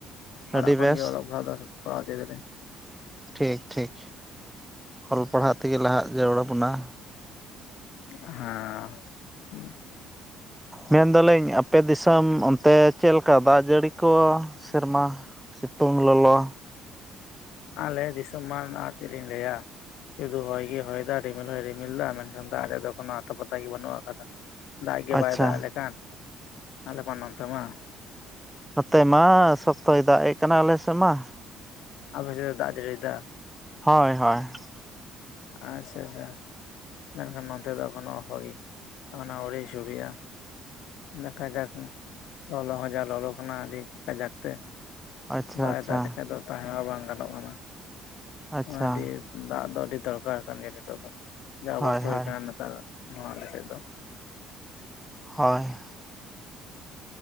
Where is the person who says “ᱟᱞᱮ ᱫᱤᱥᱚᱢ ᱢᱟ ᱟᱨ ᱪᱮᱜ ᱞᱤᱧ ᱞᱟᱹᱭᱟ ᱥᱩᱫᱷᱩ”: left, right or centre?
Left